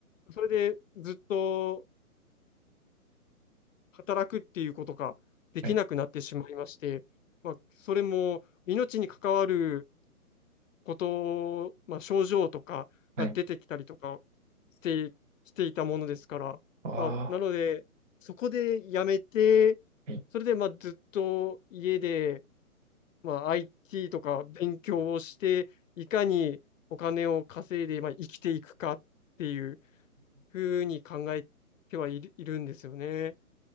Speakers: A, on the left (about 60°); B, on the right (about 55°).
A: それでずっと働くっていうことができなくなってしまいまして、
B: はい。
A: まあ、それも命に関わることをまあ、症状とかが出てきたりとか
B: はい。
A: して、していたものですから、
B: ああ。
A: まあ、なので、そこで辞めて、
B: はい。
A: それでまあずっと家でまあ、IT とか勉強をして、いかにお金を稼いで、まあ、生きていくかっていうふうに考えてはいる、いるんですよね。